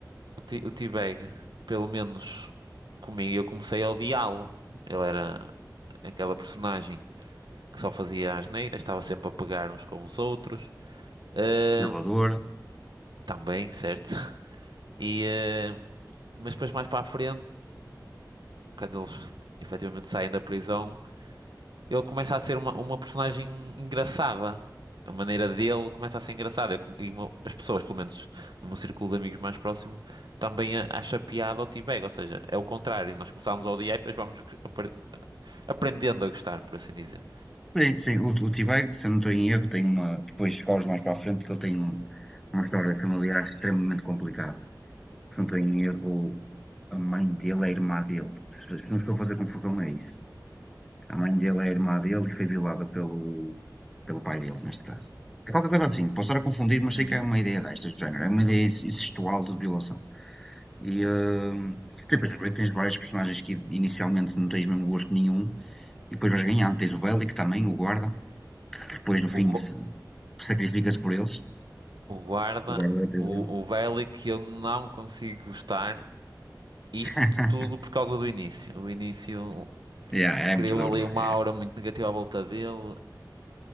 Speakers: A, on the right; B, in the centre.
A: o T- o T-Bag, pelo menos comigo, eu comecei a odiá-lo. Ele era aquela personagem que só fazia asneiras, estava sempre a pegar uns com os outros. Ahm,
B: Violador.
A: também, certo? <laughs> E, ahm, mas depois mais para a frente, quando eles efetivamente saem da prisão, ele começa a ser uma, uma personagem engraçada. A maneira dele começa a ser engraçada. Eu com- E mo- as pessoas, pelo menos no meu círculo de amigos mais próximo, também a- acha piada ao T-Bag. Ou seja, é o contrário. Nós começámos a odiar e depois vamos g- apre- aprendendo a gostar, por assim dizer.
B: Sim, sim. O, o T-Bag, se eu não estou em erro, tem uma. Depois falas mais para a frente que ele tem um- uma história familiar extremamente complicada. Se não estou em erro, a mãe dele é a irmã dele. Se, se não estou a fazer confusão, é isso. A mãe dele é a irmã dele e foi violada pelo, pelo pai dele, neste caso. É qualquer coisa assim, posso estar a confundir, mas
A: Uhum.
B: sei que é uma ideia destas do género, é uma ideia incestual de violação. E hum, depois descobri que tens vários personagens que inicialmente não tens mesmo gosto nenhum, e depois vais ganhando. Tens o Bellic também, o guarda, que depois no
A: O,
B: fim
A: gu-
B: se- sacrifica-se por eles,
A: o guarda,
B: o guarda da prisão.
A: o, o Bellic, eu não consigo gostar. Isto
B: <laughs>
A: tudo por causa do início. O início
B: Yeah, é
A: criou
B: muito duro,
A: ali
B: é.
A: uma aura muito negativa à volta dele.